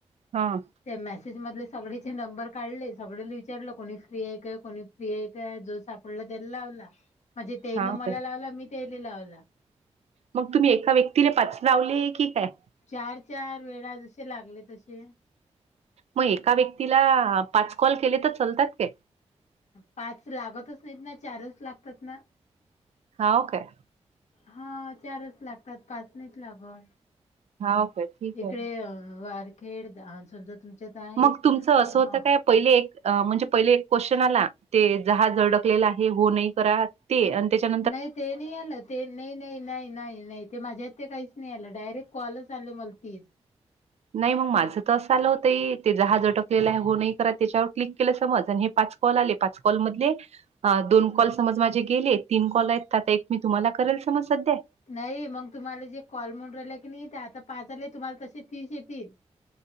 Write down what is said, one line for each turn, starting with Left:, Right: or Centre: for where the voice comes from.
Right: हां.
Left: त्या मेसेज मधले सगळेचे नंबर काढले सगळे विचारलं कोणी फ्री आहे का कोणी? सीए जो सापडला त्याला लावला म्हणजे तेनं
Right: हां
Left: मला
Right: काय.
Left: लावला मी तेने लावला.
Right: मग तुम्ही एका व्यक्तीने पाच लावले की काय?
Left: चार, चार वेळा जसे लागले तसे
Right: मग एका व्यक्तीला पाच कॉल केले तर चालतात काय?
Left: पाच लागतच नाहीत ना चारच लागतात ना.
Right: हा ओ काय.
Left: हा चारच लागतात पाच नाही लागत.
Right: हाव काय. ठीक
Left: इकडे
Right: आहे.
Left: अ वारखेड समजा तुमच्यात आहे
Right: मग
Left: अ.
Right: तुमचं असं होतं काय पहिले एक म्हणजे पहिले एक क्वेश्चन आला ते जहाज झडकलेला आहे, हो नाही करा. ते अन त्याच्या
Left: नाही ते नाही आलंत. ते नाही, नाही, नाही, नाही, नाही ते माझ्यात ते काहीच नाही आलं डायरेक्ट कॉलच आले मला तीन.
Right: नाही मग माझं तर असं आलं होतं, ताई जहाज अटकलेलं आहे हो नाही करा त्याच्यावर क्लिक केलं समज आणि हे पाच. कॉल आले पाच कॉल मधले दोन
Left: अ,
Right: कॉल समज माझे गेले. तीन कॉल आहेत त्यातला एक मी तुम्हाला करेल समज सध्या.
Left: नाही मग तुम्हाला जे कॉल म्हून राहिल की, नाही ते आता पाच झाले तुम्हाला तसे तीस येतील. <inaudible>